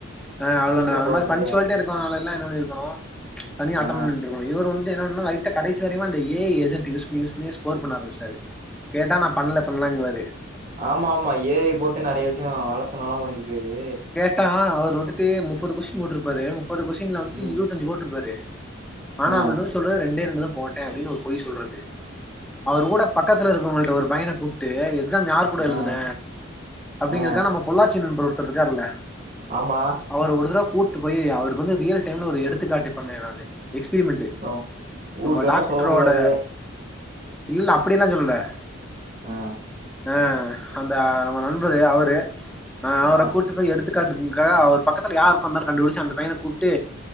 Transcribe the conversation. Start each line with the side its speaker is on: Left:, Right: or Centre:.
Centre: ஆ அவ்ளுந்தா
Right: சீக்கிரம்
Centre: அந்த
Right: போறது.
Centre: மாரி பன்சுவாலிடியா இருக்கு ஆளலா என்ன பண்ணிருக்கணு தனியா அட்டன்
Right: ஆ
Centre: பண்ணிட்ருக்கணு இவரு வந்து என்ன பண்ணுனா லைட்டா கடைசிவரையுமே அந்த எ ஐ ஏஜென்ட் யூஸ்பண்ணி யூஸ்பண்ணியே ஸ்கோர் பண்ண ஆரம்மிச்சுடாரு
Right: <inaudible>
Centre: கேட்டா நா பண்ல பண்லங்குவாரு
Right: ஆமாம்மா ஈ ஐ போட்டு நெறைய விஷ்ய வேலத்தனலா பண்ணிருக்காரு
Centre: ட்டா அவரு வந்துட்டு முப்பது கொஷ்டின் போட்ருப்பாரு முப்பது கொஷ்டின்ல வந்துட்டு
Right: ம்.
Centre: இருவத்தஞ்சு போட்ருப்பாரு ஆனா
Right: ஆ.
Centre: நம்மள்ட்ட வந்து சொல்றது ரெண்டே ரெண்டு தா போட்டே அப்டின்னு ஒரு பொய் சொல்றது அவரு கூட பக்கத்துல இருக்கவ்ங்கள்ட்ட ஒரு பையன கூப்ட்டு எக்ஸாம் யார் கூட எழுதுன
Right: ஆ
Centre: அப்டிங்கிறக்கா
Right: ஆ
Centre: நம்ம பொள்ளாச்சி நண்பர் ஒருத்தர் இருக்காருல
Right: ஆமா
Centre: அவர ஒரு தடவ கூட்டு போய் அவருக்கு வந்து ரியல் டைம்ல ஒரு எடுத்துக்காட்டி பண்ணே நானு எக்ஸ்பிரிமெண்ட்டு
Right: ஓ ஊர்
Centre: நம்ம
Right: பேர்லா
Centre: டாக்ட்ரோட
Right: சொல்ல கூடாது
Centre: இல்ல அப்டியெல்லா சொல்லல
Right: ஆ
Centre: அ அந்த நம்ம நண்பரு அவரு அ அவர
Right: ஆ
Centre: ட்டு போய் எடுத்துக்காட்டின்க்கா அவரு பக்கத்துல யாரு ஒக்காந்தான் கண்டுபுடுச்சு அந்த பையன கூப்ட்டு